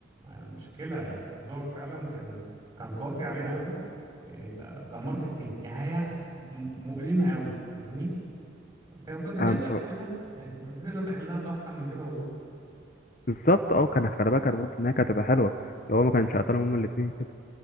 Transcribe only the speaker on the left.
انا مت-
بالظبط اه كان خلي بالك برضه ان هي كانت هتبقى حلوة لو هو ما كانش قتلهم هما الاتنين كده